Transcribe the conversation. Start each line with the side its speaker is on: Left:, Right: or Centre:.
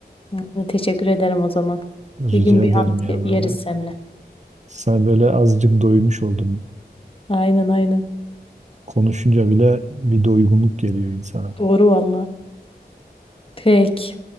Left: Hı, teşekkür ederim o zaman.
Right: Rica
Left: Bir gün bir
Right: ederim
Left: hamsi
Right: ya
Left: yeriz
Right: böyle.
Left: seninle.
Right: Sen böyle azıcık doymuş oldum.
Left: Aynen aynen.
Right: Konuşunca bile bir doygunluk geliyor insana.
Left: Doğru valla. Peki.